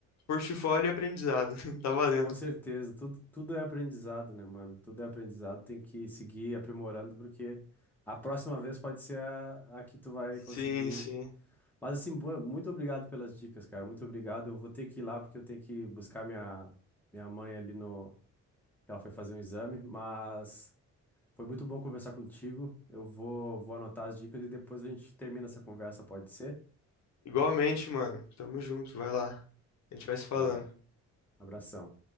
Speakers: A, on the left; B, in the centre.
A: portfólio e aprendizado, <laughs> tá valendo.
B: Com certeza, tudo, tudo é aprendizado, né, mano? Tudo é aprendizado, tem que seguir aprimorando, porque a próxima vez pode ser a, a que tu vai conseguir.
A: Sim, sim.
B: Mas, assim, bu- muito obrigado pelas dicas, cara. Muito obrigado. Eu vou ter que ir lá, porque eu tenho que buscar minha, minha mãe ali no. que Ela foi fazer um exame, mas foi muito bom conversar contigo. Eu vou, vou anotar as dicas e depois a gente termina essa conversa, pode ser?
A: Igualmente, mano. Tamo junto, vai lá. A gente vai se falando.
B: Abra, abração.